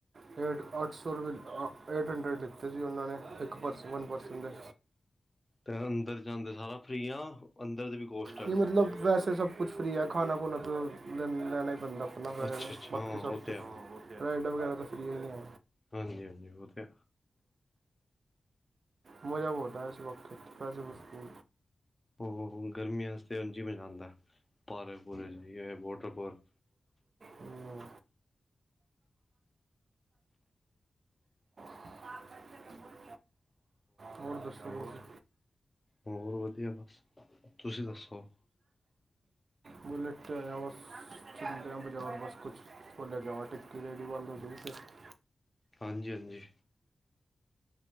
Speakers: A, on the right; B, on the left.
A: ਸਿਰਫ ਅੱਠ ਸੌ ਰੁਪਏ ਲਿ ਆ। ਏਟ ਹੰਡਰਡ ਲਿੱਤੇ ਸੀ ਉਹਨਾਂ ਨੇ ਇੱਕ ਪਰਸਨਲ ਪਰਸਨ ਦੇ‌।
B: ਤੇ ਅੰਦਰ ਜਾਂਦੇ ਸਾਰਾ ਫ੍ਰਰੀ ਆ ਅੰਦਰ ਦੇ ਵੀ ਕੋਸਟ ਆ
A: ਕੀ ਮਤਲਬ, ਵੈਸੇ ਸਭ ਕੁਛ ਫਰੀ ਹੈ ਖਾਣਾ- ਖੁਣਾ ਤਾਂ ਲ ਲੈਣਾ ਹੀ ਪੈਂਦਾ ਆਪਣਾ ਪੈਸੇਆਂ
B: ਅੱਛਾ
A: ਦਾ
B: ਅੱਛਾ
A: ਬਾਕੀ
B: ਹਾਂ
A: ਸਭ,
B: ਉਹ ਤੇ ਹੈ
A: ਰਾਈਡ ਵਗੈਰਾ ਤਾਂ ਫਰੀ ਹੈ ਆ।
B: ਹਾਂਜੀ- ਹਾਂਜੀ ਉਹ ਤੇ,
A: ਮਜ਼ਾ ਬੋਤ ਆਇਆ ਸੀ ਇਸ ਵਕਤ ਪੈਸੇ ਪੂ-
B: ਹੂੰ-ਹੂੰ ਗਰਮੀਆਂ ਆਸਤੇ ਉਝ ਮਜ਼ਾ ਆਂਦਾ ਪਾਰਕ ਪੂਰਕ ਜਾਇਏ ਵੋਟਰ ਪੋਕ
A: ਹੂੰ ਹਾਂ ਹੋਰ ਦਸੋ ਤੁਸੀਂ?
B: ਹੋਰ ਵਧੀਆ ਬਸ, ਤੁਸੀਂ ਦੱਸੋ?
A: ਮੈਂ ਲੇਟਿਆ ਹੈਆ ਬਸ ' ਆਆ ਬਜਾਰ ਬਸ ਕੁਛ, ਫੁੱਲ ਲੈ ਕੇ ਆਵਾਂ ਤੇ <unintelligible>
B: ਹਾਂਜੀ- ਹਾਂਜੀ।